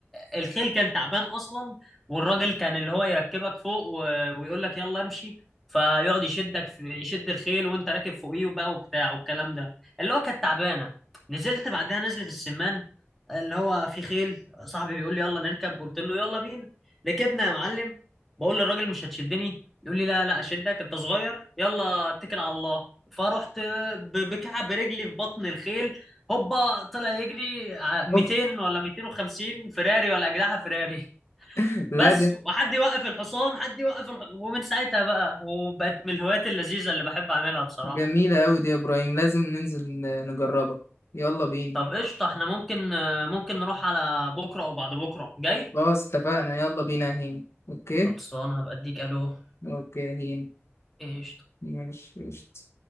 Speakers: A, in the centre; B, on the left (about 70°).
A: الخيل كان تعبان اصلا والراجل كان اللي هو يركبك فوق و... ويقول لك يلا امشي فيقعد يشدك في... يشد الخيل وانت راكب فوقيه بقى وبتاع والكلام ده اللي هو كانت تعبانه نزلت بعدها نزلت السمان اللي هو في خيل صاحبي بيقول لي يلا نركب قلت له يلا بينا ركبنا يا معلم بقول للراجل مش هتشدني يقول لي لا لا اشدك انت صغير يلا اتكل على الله فرحت ب- بكعب رجلي في بطن الخيل هوبا طلع يجري ع- 200
B: اوف
A: ولا 250 فراري ولا اجنحه فراري
B: <laughs> لا
A: بس
B: ج-
A: وحد يوقف الحصان حد يوقف الح... ومن ساعتها بقى وبقت من الهوايات اللذيذه اللي بحب اعملها بصراحه
B: جميلة أوي دي يا إبراهيم لازم ننزل نجربها يلا بينا
A: طب قشطه احنا ممكن ممكن نروح على بكره او بعد بكره جاي
B: خلاص اتفقنا يلا بينا يا هين أوكي
A: خلصان هبقى اديك الو
B: أوكي يا هين
A: قشطه
B: ماشي قشطة.